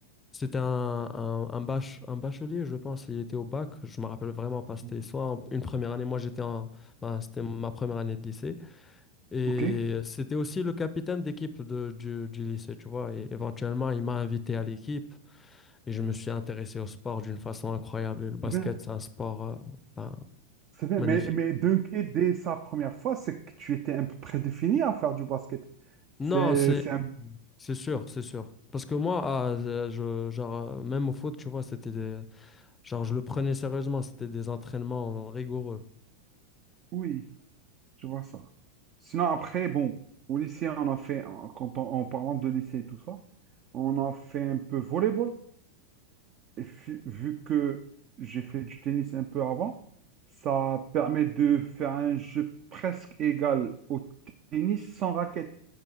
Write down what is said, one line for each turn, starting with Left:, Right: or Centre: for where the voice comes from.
Left: c'était un, un, un, bach- un bachelier, je pense. Il était au bac, je me rappelle vraiment pas. C'était
Right: Mm-hmm.
Left: soit en- une première année, moi, j'étais en, ben, c'était ma première année de lycée. Et
Right: Ok,
Left: c'était aussi le capitaine d'équipe de- du, du lycée, tu vois. Et éventuellement, il m'a invité à l'équipe et je me suis intéressé au sport d'une façon incroyable. Et le basket,
Right: c'est bien,
Left: c'est un sport euh, ben,
Right: c'est bien.
Left: magnifique.
Right: Mais, mais Dunker, dès sa première fois, c'est que tu étais un peu prédéfini à faire du basket.
Left: Non,
Right: C'est,
Left: c'est
Right: c'est un...
Left: c'est sûr, c'est sûr. Parce que moi, ah, euh, je, genre, euh, même au foot, tu vois, c'était des, genre, je le prenais sérieusement. C'était des entraînements rigoureux.
Right: Oui, je vois ça. Sinon, après, bon, au lycée, on a fait, en- quand on- en parlant de lycée et tout ça, on a fait un peu volleyball. Et fi- vu que j'ai fait du tennis un peu avant, ça permet de faire un jeu presque égal au tennis sans raquette.